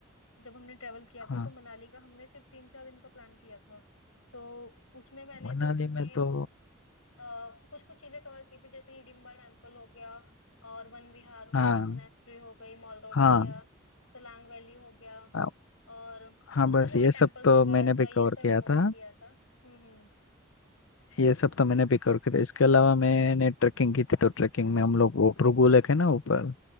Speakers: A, on the left; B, on the left.
A: जब हमने ट्रेवल किया
B: हाँ
A: था तो मनाली का हमने सिर्फ तीन चार दिन का प्लान किया था तो उसमें मैंने
B: मनाली
A: तो हमने
B: में तो
A: आ, कुछ कुछ चीजें कवर की थी जैसे हिडिम्बा टेम्पल हो गया और वन विहार हो
B: हाँ
A: गया मोनेस्ट्री हो गई मॉल रोड
B: हाँ
A: हो गया सोलांग वैली हो गया
B: हाँ
A: और कुछ
B: हाँ, बस
A: कुछ
B: ये
A: और टेम्पल्स
B: सब तो
A: वगैरह
B: मैंने भी
A: था ये
B: कवर
A: सब
B: किया
A: कवर
B: था
A: किया था हम्म हम्म
B: ये सब तो मैंने भी कवर किया था इसके अलावा मैंने ट्रैकिंग की थी तो ट्रैकिंग में हम लोग वो भृगु लेक है ना ऊपर